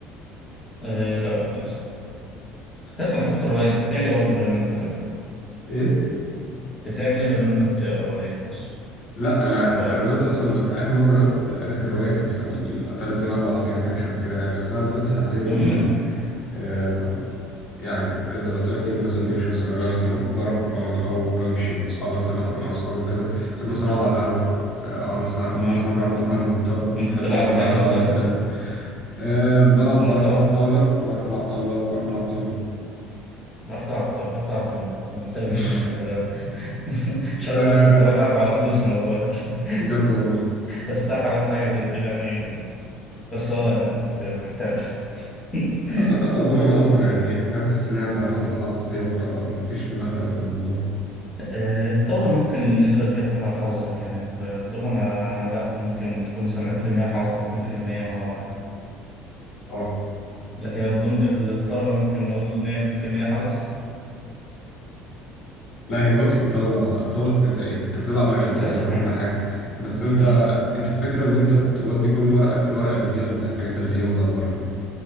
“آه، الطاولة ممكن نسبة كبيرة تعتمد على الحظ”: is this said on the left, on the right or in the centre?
Left